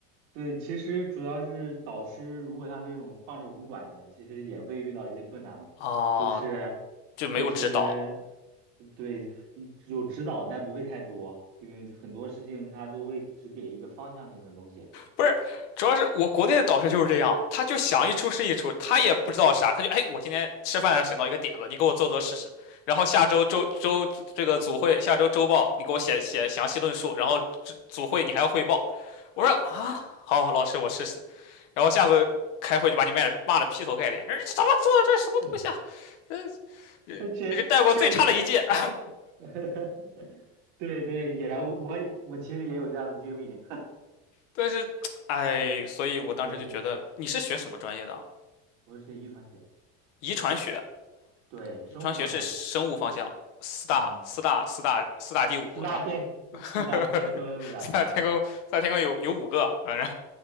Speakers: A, on the right (about 65°); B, on the left (about 75°).
A: 对，其实主要是导师如果像这种放手不管的，其实也会遇到一些困难嘛，
B: 啊，
A: 就是
B: 就没有指导，
A: 就是对有指导，但不会太多，因为很多事情他都会只给一个方向性的东西，
B: 不是，主要是我国内的导师就是这样，他就想一出是一出，他也不知道啥，他就哎，我今天吃饭的时候想到一个点子，你给我做做试试，然后下周周周这个组会，下周周报你给我写写详细论述，然后组组会你还要汇报，我说啊，好，老师我试试，然后下次开会就把你骂的骂的劈头盖脸，哎这怎么做的这什么东西啊，
A: <laughs>
B: 这这这是带过最差的一届，
A: 确确
B: <laughs> 哎
A: <laughs>，对对，也我我其实也有这样的经历，
B: 但是哎，所以我当时就觉得你是学什么专业的啊？
A: <laughs> 对，嗯，我是学遗传学，
B: 遗传学，
A: 对，生物方向，
B: 遗传学是生物方向，四大四大四大四大第五是吧？
A: 嗯。四大天四大天坑对吧？
B: <laughs> 四大天坑，
A: 你想说？
B: 四大天坑有有五个，反正